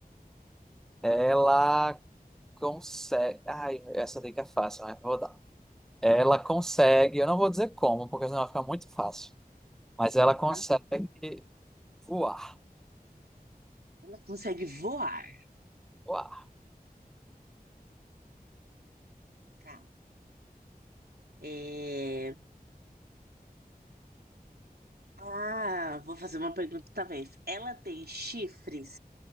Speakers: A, in the centre; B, on the right.
A: Ela consegue. Ai, essa dica é fácil, mas vou dar. Ela consegue, eu não vou dizer como, porque senão vai ficar muito fácil. Mas ela
B: Aham.
A: consegue voar.
B: Ela consegue voar.
A: Voar.
B: Tá. É, Ah, vou fazer uma pergunta talvez. Ela tem chifres?